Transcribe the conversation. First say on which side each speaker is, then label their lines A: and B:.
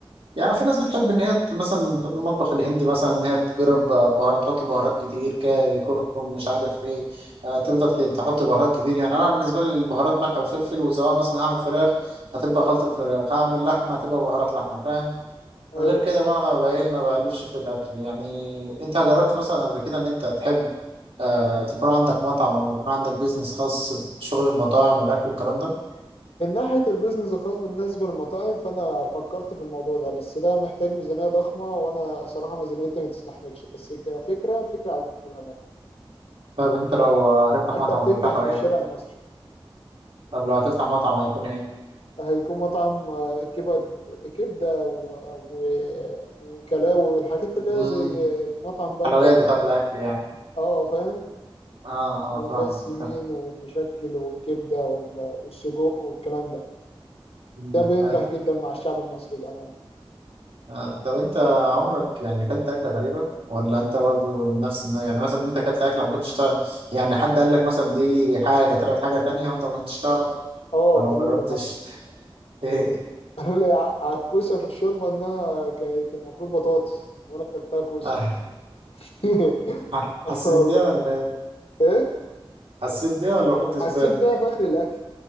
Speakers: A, on the right; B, on the left.
A: يعني في ناس بتحب ان هي مثلا تحب المطبخ الهندي مثلا ان هي تجرب بهارات تحط بهارات كتير كاري كركم مش عارف ايه آه تفضل ت- تحط بهارات كتير يعني انا بالنسبه لي البهارات ملح وفلفل وسواء مثلا هعمل فراخ هتبقى خلطه فراخ هعمل لحمه هتبقى بهارات لحمه فاهم
B: ايوه
A: غير كده بقى انا بقى ايه ما بألفش في الاكل يعني انت جربت مثلا قبل كده ان انت تحب آه تكون عندك مطعم او يكون عندك بيزنس خاص بشغل المطاعم والاكل والكلام ده
B: من ناحية البيزنس الخاص بالنسبة للمطاعم فأنا فكرت في الموضوع ده بس ده محتاج ميزانية ضخمة وأنا صراحة ميزانيتي ما تستحملش بس كفكرة الفكرة عجبتني بأمانة
A: طب انت لو هتفتح
B: حتى
A: مطعم
B: بتنجح
A: هتفتحه
B: في
A: ايه
B: الشارع المصري
A: طب لو هتفتح مطعم هيكون ايه
B: هيكون مطعم آه، كبد كبدة و... و... وكلاوي والحاجات اللي
A: امم
B: هي زي مطعم بجة
A: حلويات
B: والكلام
A: بتاعت الاكل
B: ده
A: يعني
B: اه فاهم
A: اه اه فاهمك
B: زي السمين
A: آه،
B: والمشكل والكبدة وال... والسجق والكلام ده
A: مم،
B: ده بينجح
A: حلو.
B: جدا مع الشعب المصري بأمانة
A: آه. طب انت عمرك يعني اكلت اكله غريبه ولا انت برضو نفس الن- يعني مثلا انت اكلت اكله ما كنتش تعرف يعني حد قال لك مثلا دي حاجه طلعت حاجه تانية وانت ما كنتش تعرف
B: اه
A: ولا
B: قالوا
A: ما جربتش
B: لي مرة <laughs>
A: ايه
B: قالوا لي ع- على الكوسة في الشوربة إنها كانت المفروض بطاطس وأنا أكلتها كوسة
A: آه.
B: <laughs>
A: <laughs>
B: اه
A: حسيت
B: والله
A: بيها ولا إيه؟
B: ايه
A: حسيت بيها ولا ما خدتش
B: حسيت
A: بالك
B: بيها في آخر الأكل